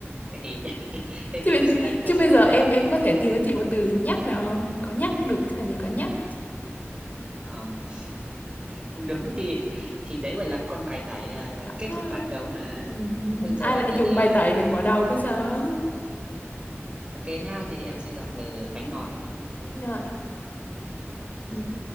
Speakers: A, on the right; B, on the left.
A: Thế thì <laughs> thế
B: chứ
A: thì
B: bây,
A: em sẽ em
B: chứ
A: sẽ
B: bây giờ em em có thể tìm cho chị một từ nhắc nào không có nhắc được chứ làm gì có nhắc
A: um, cũng đúng thì thì đấy gọi là con bài tải à, là
B: đó
A: kết thúc ván đấu mà
B: Ừ,
A: ừ rồi
B: ai lại
A: thế
B: dùng
A: thì
B: bài
A: à,
B: tẩy để mở đầu bây giờ
A: ok nhá thế thì em sẽ dọn từ bánh ngọt
B: rồi <laughs> ừ,